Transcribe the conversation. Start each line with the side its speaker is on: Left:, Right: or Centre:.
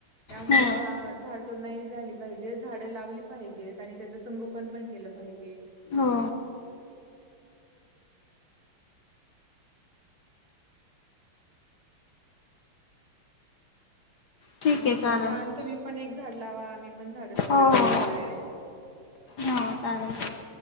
Right: त्यामुळं
Left: हो
Right: झाड ो नाही झाली पाहिजे झाडं लावली पाहिजेत आणि त्याच संगोपन पण केलं पाहिजे.
Left: हो. ठीक
Right: मग
Left: आहे चालेल
Right: छान तुम्ही पण एक झाड लावा आम्ही पण झाडं लावू
Left: हो
Right: बाय
Left: हो
Right: बाय.
Left: हो चालेल.